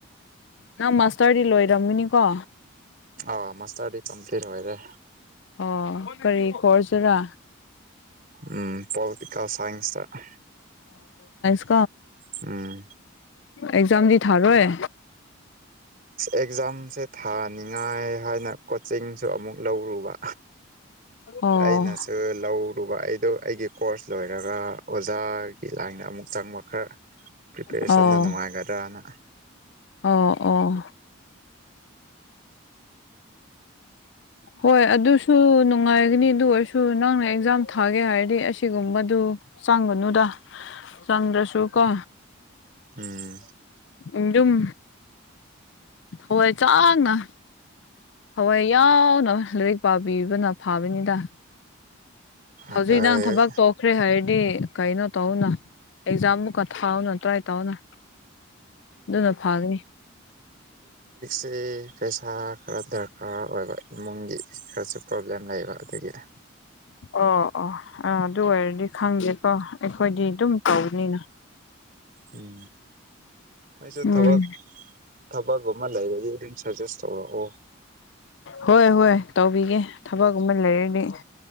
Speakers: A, on the left; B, on the right.
A: ꯅꯪ ꯃꯥꯁꯇꯔꯗꯤ ꯂꯣꯏꯔꯝꯃꯤꯅꯤꯀꯣ
B: ꯑ ꯃꯥꯁꯇꯔꯗꯤ ꯀꯝꯄꯂꯤꯠ ꯑꯣꯏꯔꯦ
A: ꯑꯣ ꯀꯔꯤ ꯈꯔꯁꯤꯔꯥ
B: ꯎꯝ ꯄꯣꯂꯤꯇꯤꯀꯦꯜ ꯁꯥꯏꯟꯁꯇ
A: <unintelligible>
B: ꯎꯝ
A: ꯑꯦꯛꯖꯝꯗꯤ ꯊꯥꯔꯣꯏꯋꯦ
B: ꯑꯦꯛꯖꯥꯝꯁꯦ ꯊꯥꯅꯤꯉꯥꯏ ꯍꯥꯏꯅ ꯀꯣꯆꯤꯡꯁꯨ ꯑꯃꯨꯛ ꯂꯧꯔꯨꯕ
A: ꯑꯣ
B: ꯑꯩꯅꯁꯨ ꯂꯧꯔꯨꯕ ꯑꯩꯗꯣ ꯑꯩꯒꯤ ꯀꯣꯔꯁ ꯂꯣꯏꯔꯒ ꯑꯣꯖꯥꯒꯤ ꯂꯥꯏꯟꯗ ꯑꯃꯨꯛ ꯆꯪꯕ ꯈꯔ ꯄ꯭ꯔꯤꯄꯦꯔꯦꯁꯟꯗ
A: ꯑꯣ
B: ꯅꯨꯡꯉꯥꯏꯒꯗ꯭ꯔꯥꯅ
A: ꯑꯣ ꯑꯣ ꯍꯣꯏ ꯑꯗꯨꯁꯨ ꯅꯨꯡꯉꯥꯏꯒꯅꯤ ꯑꯗꯨ ꯑꯣꯏꯔꯁꯨ ꯅꯪꯅ ꯑꯦꯛꯖꯥꯝ ꯊꯥꯒꯦ ꯍꯥꯏꯔꯗꯤ ꯑꯁꯤꯒꯨꯝꯕꯗꯨ ꯆꯪꯒꯅꯨꯗ ꯆꯪꯗ꯭ꯔꯁꯨ ꯀꯣ
B: ꯎꯝ
A: ꯑꯗꯨꯝ ꯊꯋꯥꯏ ꯆꯥꯡꯅ ꯊꯋꯥꯏ ꯌꯥꯎꯅ ꯂꯥꯏꯔꯤꯛ ꯄꯥꯕꯤꯕꯅ ꯐꯥꯕꯅꯤꯗ ꯍꯧꯖꯤꯛ
B: ꯑꯗ
A: ꯅꯪ ꯊꯕꯛ ꯇꯣꯈ꯭ꯔꯦ ꯍꯥꯏꯌꯦ ꯗꯤ ꯀꯩꯅꯣ ꯇꯧꯅ ꯑꯦꯛꯖꯥꯝꯃꯨꯛꯀ ꯊꯥꯎꯅ ꯇ꯭ꯔꯥꯏ ꯇꯧꯅ ꯑꯗꯨꯅ ꯐꯥꯒꯅꯤ
B: ꯁꯤ ꯄꯩꯁꯥ ꯈꯔ ꯗꯔꯀꯥꯔ ꯑꯣꯏꯕ ꯏꯃꯨꯡꯒꯤ ꯈꯔꯁꯨ ꯄ꯭ꯔꯣꯕ꯭ꯂꯦꯝ ꯂꯩꯕ ꯑꯗꯒꯤ <unintelligible>
A: ꯑꯣ ꯑꯣ ꯑꯥ ꯑꯗꯨ ꯑꯣꯏꯔꯗꯤ ꯈꯪꯗꯦꯀꯣ ꯑꯩꯈꯣꯏꯗꯤ ꯑꯗꯨꯝ ꯇꯧꯅꯤꯅ
B: ꯎꯝ ꯑꯩꯁꯨ
A: ꯎꯝ
B: ꯊꯕꯛ ꯊꯕꯛ ꯃ ꯂꯩꯔ ꯑꯗꯨꯝ ꯁꯖꯦꯁ ꯇꯧ ꯑꯣ
A: ꯍꯣꯏ ꯍꯣꯏ ꯇꯧꯕꯤꯒꯦ ꯊꯕꯛꯨꯝ ꯑꯃ ꯂꯩꯔꯅꯤ